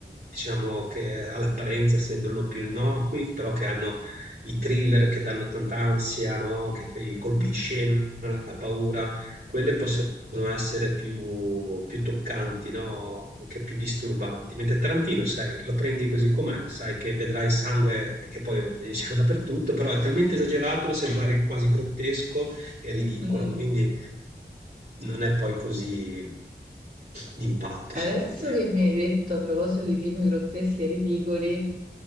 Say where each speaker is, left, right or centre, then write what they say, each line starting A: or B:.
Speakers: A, on the right; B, on the right.
A: diciamo che all'apparenza sembrano più innocui, però che hanno i thriller che danno tanta ansia, no? Che fai i colpi
B: Mm.
A: di scena, la paura, quelle possono essere più, più toccanti, no? Anche più disturbanti. Mentre Tarantino, sai, lo prendi così com'è, sai che vedrai sangue che poi eh, diciamo dappertutto, però è talmente esagerato da sembrare quasi grottesco e ridicolo,
B: Mm.
A: quindi non è poi così d'impatto,
B: Adesso
A: secondo me.
B: che mi hai detto a proposito di film grotteschi e ridicoli,